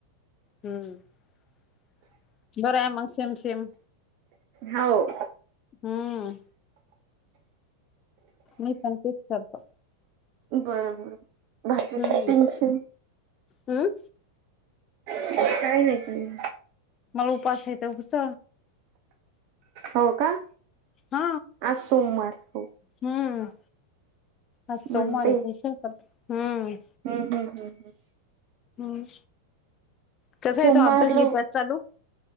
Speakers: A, on the left (about 30°); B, on the right (about 45°).
A: हम्म बरं आहे मग सेम सेम
B: हाव
A: हम्म मी पण तेच करतो.
B: बरोबर घातला
A: हम्म
B: की टेनशन.
A: हम्म.
B: काय नाय, काय नाय.
A: मला उपाशी हेत हुस्स.
B: हो का.
A: हा
B: आज सोमवार हो
A: हम्म आज सोमवारी
B: मंडे
A: हाय सु हम्म.
B: हम्म हम्म हम्म.
A: हम्म कसाय
B: सोमवारला
A: तो अभ्यास बीभ्यास चालू?